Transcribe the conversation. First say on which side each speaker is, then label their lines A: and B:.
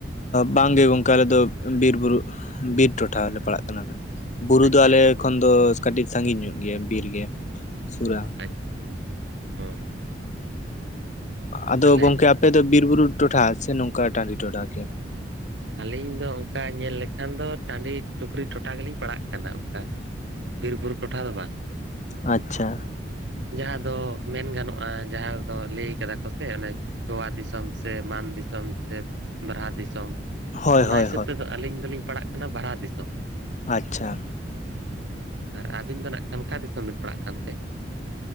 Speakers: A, on the left; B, on the right.
A: ᱵᱟᱝᱜᱮ ᱜᱚᱝᱠᱮ ᱟᱞᱮ ᱫᱚ ᱵᱤᱨ ᱵᱩᱨᱩ ᱵᱤᱨ ᱴᱚᱴᱷᱟ ᱞᱮ ᱯᱟᱲᱟᱜ ᱠᱟᱱᱟ ᱱᱟᱜ ᱾ ᱵᱩᱨᱩ
B: ᱟᱪᱪᱷᱟ
A: ᱫᱚ ᱟᱞᱮ
B: ᱟᱪᱪᱷᱟ
A: ᱠᱷᱚᱱ ᱫᱚ ᱠᱟᱹᱴᱤᱡ ᱥᱟᱺᱜᱤᱧ ᱧᱚᱜ ᱜᱮᱭᱟ ᱵᱤᱨ ᱜᱮ ᱥᱩᱨᱟ ᱾
B: ᱟᱪᱪᱷᱟ ᱦᱳᱭ
A: ᱟᱫᱚ
B: ᱛᱟᱦᱚᱞᱮ
A: ᱜᱚᱝᱠᱮ ᱟᱯᱮ ᱫᱚ ᱵᱤᱨ ᱵᱩᱨᱩ ᱴᱚᱴᱷᱟ ᱥᱮ ᱱᱚᱝᱠᱟ ᱴᱟᱺᱰᱤ ᱴᱚᱴᱷᱟ ᱠᱮ?
B: ᱟᱞᱤᱧ ᱫᱚ ᱚᱱᱠᱟ ᱧᱮᱞ ᱞᱮᱠᱷᱟᱱ ᱫᱚ ᱴᱟᱺᱰᱤ ᱴᱩᱠᱨᱤ ᱴᱚᱴᱷᱟ ᱜᱮᱞᱤᱧ ᱯᱟᱲᱟᱜ ᱠᱟᱱᱟ ᱚᱱᱠᱟ ᱾ ᱵᱤᱨ ᱵᱩᱨᱩ ᱴᱚᱴᱷᱟ ᱫᱚ ᱵᱟ?
A: ᱟᱪᱪᱷᱟ ᱾
B: ᱡᱟᱦᱟᱸ ᱫᱚ ᱢᱮᱱ ᱜᱟᱱᱚᱜᱼᱟ ᱡᱟᱦᱟᱸ ᱫᱚ ᱞᱟᱹᱭ ᱠᱟᱫᱟ ᱠᱚ ᱥᱮ ᱚᱱᱮ ᱪᱷᱳᱣᱟ ᱫᱤᱥᱚᱢ ᱥᱮ ᱢᱟᱱ ᱫᱤᱥᱚᱢ ᱥᱮ ᱵᱟᱨᱦᱟ ᱫᱤᱥᱚᱢ
A: ᱦᱳᱭ ᱦᱳᱭ
B: ᱚᱱᱟ ᱦᱤᱥᱟᱹᱵ
A: ᱦᱳᱭ
B: ᱛᱮᱫᱚ ᱟᱹᱞᱤᱧ ᱫᱚᱞᱤᱧ ᱯᱟᱲᱦᱟᱜ ᱠᱟᱱᱟ ᱵᱟᱨᱦᱟ ᱫᱤᱥᱚᱢ ᱾
A: ᱟᱪᱪᱷᱟ ᱾
B: ᱟᱨ ᱟᱹᱵᱤᱱ ᱫᱚ ᱱᱟᱜ ᱠᱷᱟᱱ ᱚᱠᱟ ᱫᱤᱥᱚᱢ ᱵᱤᱱ ᱯᱟᱲᱟᱜ ᱠᱟᱱᱛᱮ?